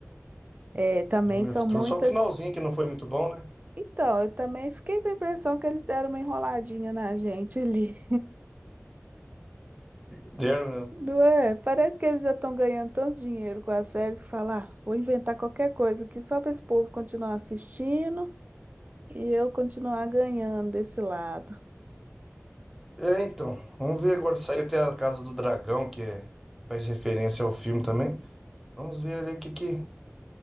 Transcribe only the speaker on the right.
É, também
são
muitas.
Então, eu também fiquei com a impressão que eles deram uma enroladinha na gente ali.
Não é? Parece que eles já estão ganhando tanto dinheiro com as séries que falar, "Ah, vou inventar qualquer coisa aqui só para esse povo continuar assistindo. E eu continuar ganhando desse lado.